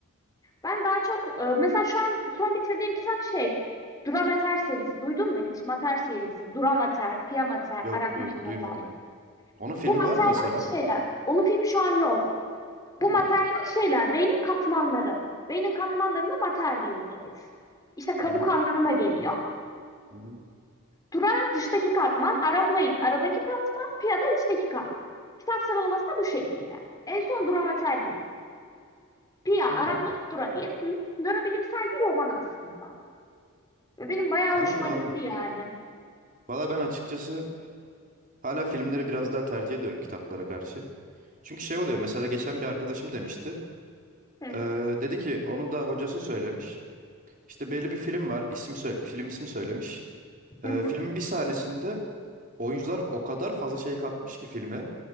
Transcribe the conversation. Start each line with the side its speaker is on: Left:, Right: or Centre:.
Left: Ben daha çok e, mesela şu an son bitirdiğim kitap şey Duramater serisi. Duydun mu hiç? Mater serisi. Duramater, Piyamater,
Right: Yok
Left: Arachnoid
Right: duy-
Left: Mater.
Right: duymadım. Onun filmi
Left: Bu materler
Right: var mı mesela?
Left: şeyler. Onun filmi şu an yok. Bu
Right: Hmm.
Left: materler şeyler. Beynin katmanları. Beynin katmanlarına mater diyoruz biz. İşte kabuk
Right: Hı hı,
Left: anlamına geliyor.
Right: hı hı.
Left: Dura dıştaki katman, arachnoid aradaki katman, pia da içteki katman. Kitap sıralaması da bu şekilde. En son duramater geliyor. Pia,
Right: Hı.
Left: arachnoid, dura diye. Hı? Nörobilimsel bir roman aslında. Ve benim bayağı
Right: Anladım
Left: hoşuma
Right: abi.
Left: gitti yani.
Right: Valla ben açıkçası hala filmleri biraz daha tercih ediyorum kitaplara karşı. Çünkü şey oluyor mesela geçen bir arkadaşım demişti.
Left: Hı
Right: Eee, dedi ki onun da hocası söylemiş. İşte belli bir film var. isim söyle, film ismi söylemiş.
Left: hı.
Right: Eee,
Left: hı.
Right: filmin bir sahnesinde oyuncular o kadar fazla şey katmış ki filme.